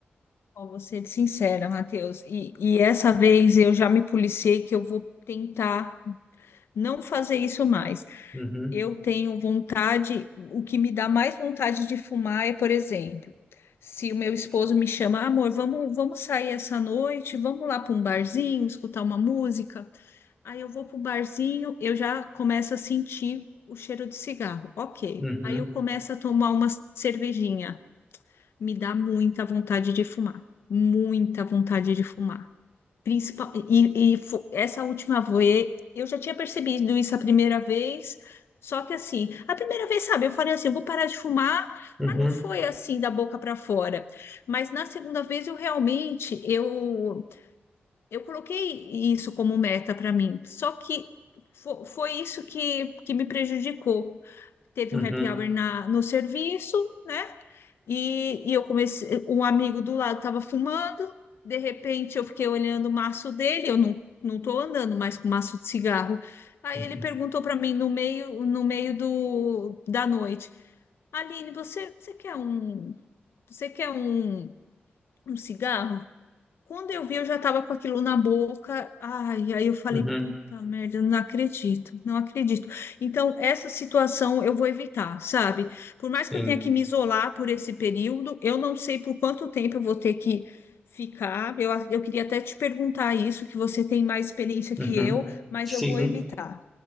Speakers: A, on the left; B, in the centre.
A: Ó, vou ser sincera, Matheus. E, e essa vez eu já me policiei que eu vou tentar não fazer isso mais.
B: Uhum,
A: Eu tenho vontade, o que me dá mais vontade de fumar é, por exemplo, se o meu esposo me chama, amor, vamos, vamos sair essa noite, vamos lá para um barzinho, escutar uma música. Aí eu vou para o barzinho, eu já começo a sentir o cheiro de cigarro. Ok.
B: uhum,
A: Aí eu começo a tomar uma cervejinha. Me dá muita vontade de fumar muita vontade de fumar. Principal, e, e fo- essa última vez, eu já tinha percebido isso a primeira vez, só que assim, a primeira vez, sabe, eu falei assim, eu vou parar de fumar,
B: uhum,
A: mas não foi assim da boca para fora. Mas na segunda vez eu realmente, eu eu coloquei isso como meta para mim. Só que fo- foi isso que, que me prejudicou. Teve
B: uhum,
A: um happy hour na, no serviço, né? E, e eu comecei, um amigo do lado estava fumando, de repente eu fiquei olhando o maço dele, eu não não estou andando mais com maço de cigarro. Aí
B: uhum,
A: ele perguntou para mim no meio no meio do, da noite, Aline, você você quer um você quer um, um cigarro? Quando eu vi, eu já tava com aquilo na boca. Ai, aí eu falei,
B: uhum,
A: puta merda, eu não acredito, não acredito. Então, essa situação eu vou evitar, sabe? Por mais
B: sim,
A: que eu tenha que me isolar por esse período, eu não sei por quanto tempo eu vou ter que ficar. Eu, a- eu queria até te perguntar isso, que você tem mais experiência que
B: uhum,
A: eu, mas
B: sim.
A: eu vou evitar.